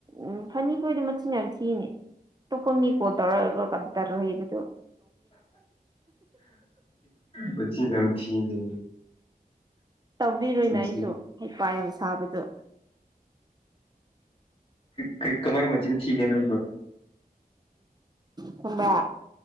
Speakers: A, on the right; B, on the left.
A: ꯎꯝ ꯐꯅꯤ ꯈꯣꯏꯗꯣ ꯃꯆꯤꯟ ꯌꯥꯝ ꯊꯤꯅꯦ ꯑꯇꯣꯞꯄ ꯃꯤ ꯀꯣꯜ ꯇꯧꯔꯑꯒ ꯀ ꯇꯔꯣ ꯍꯩꯕꯗꯨꯣ
B: ꯃꯆꯤꯟ ꯌꯝ ꯊꯤꯅꯦ
A: ꯇꯧꯕꯤꯔꯣꯏꯅ
B: ꯆꯤꯟꯊꯤ
A: ꯑꯩꯁꯨ ꯍꯩ ꯄ ꯌꯥꯝ ꯁꯥꯕꯗꯣ
B: ꯀ ꯀꯃꯥꯏ ꯃꯆ ꯊꯒꯦ ꯅ
A: ꯊꯝꯕ